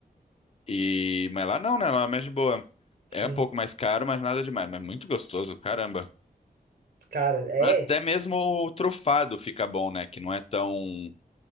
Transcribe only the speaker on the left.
e, mas lá não, né? Lá é mais de boa.
É um pouco mais caro, mas nada demais, mas muito gostoso, caramba.
Até mesmo o trufado fica bom, né? Que não é tão,